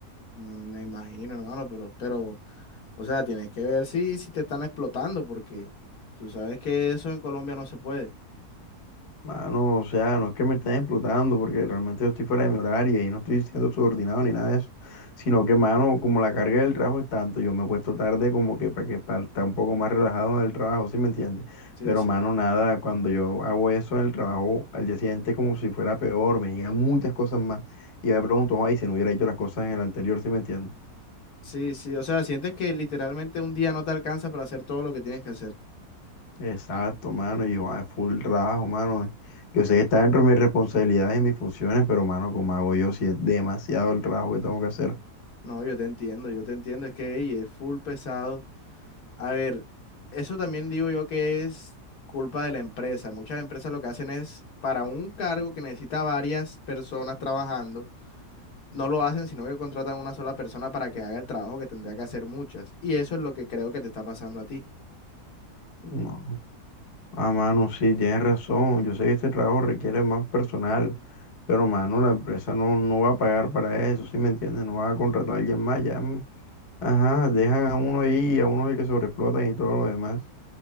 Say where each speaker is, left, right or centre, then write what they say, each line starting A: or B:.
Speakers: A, on the left (about 70°); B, on the left (about 50°).
A: Mm, me imagino, hermano, pero, pero, o sea, tienes que ver si, si te están explotando, porque tú sabes que eso en Colombia no se puede.
B: Mano, o sea, no es que me estén explotando porque realmente yo estoy fuera de mi horario y no estoy siendo subordinado ni nada de eso, sino que, mano, como la carga del trabajo es tanto, yo me acuesto tarde como que para que para estar un poco más relajado en el trabajo, ¿sí me entiendes?
A: Sí,
B: Pero,
A: sí.
B: mano, nada, cuando yo hago eso en el trabajo, al día siguiente es como si fuera peor, me llegan muchas cosas más y me pregunto, ay, si no hubiera hecho las cosas en el anterior, ¿sí me entiendes?
A: Sí, sí, o sea, sientes que literalmente un día no te alcanza para hacer todo lo que tienes que hacer.
B: Exacto, mano, y yo, ah, full trabajo, mano. Yo sé que está dentro de mis responsabilidades y mis funciones, pero, mano, como hago yo si es demasiado el trabajo que tengo que hacer?
A: No, yo te entiendo, yo te entiendo, es que ey, es full pesado. A ver, eso también digo yo que es culpa de la empresa. Muchas empresas lo que hacen es para un cargo que necesita varias personas trabajando no lo hacen, sino que contratan a una sola persona para que haga el trabajo que tendría que hacer muchas. Y eso es lo que creo que te está pasando a ti.
B: No. Ah, mano, sí, tienes razón. Yo sé que este trabajo requiere más personal, pero, mano, la empresa no, no va a pagar para eso, ¿sí me entiendes? No va a contratar a alguien más, ya. mm, Ajá, dejan a uno ahí, a uno es el que sobreexplotan y todo lo demás.